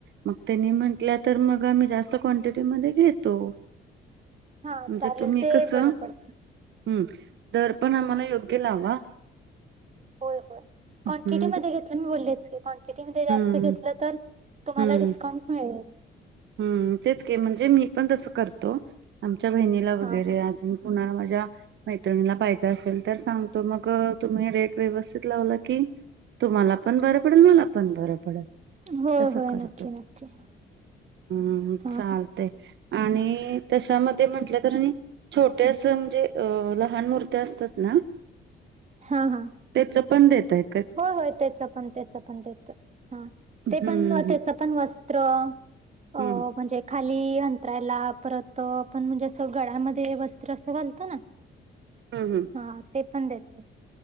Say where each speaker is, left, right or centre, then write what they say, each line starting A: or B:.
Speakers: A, on the right; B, on the right.
A: मग त्यांनी म्हंटल्या तर मग आम्ही जास्त क्वांटिटी मध्ये घेतो
B: हा
A: म्हणजे
B: चालेल
A: तुम्ही
B: ते
A: कस
B: बरं पडतं
A: हम् दर पण आम्हाला योग्य लावा
B: होय होय क्वांटिटी
A: हम्म
B: मध्ये घेतलं मी बोलले क्वांटिटी म जास्त
A: हम्म
B: घेतलं तर तुम्हाला
A: हम्म
B: डिस्काउंट मिळेल
A: हम्म तेच की म्हणजे मी पण तसं करतो आ च्या बहिणीला वगैरे
B: हा हा
A: अजून पु माझ्या मैत्रिणीला पाहा असेल तर सांगतो मग तुम्ही रेट व्यवस्थित लावला की तुम्हाला पण बरं पडेल मला पण बरं पडेल.
B: होय
A: तसं
B: होय
A: करतो
B: नक्की नक्की.
A: हम्म
B: हा
A: चालत
B: हा
A: आणि त्याशामध्ये म्हंटलं तर छोटे अस म्हणजे लहान मूर्ती असतात ना
B: हा हा
A: त्याच पण देतात
B: हो होय तेच आपण तेच आपण ते देतो
A: हम्म
B: ते पण त्याच
A: हम्म
B: पण वस्त्र म्हणजे
A: हम्म
B: ख खाली अंतरायला परत आपण म्हणजे अस गळ्यामध्ये वस्त्र अस घालतो ना.
A: हम्म
B: हा ते पण देत.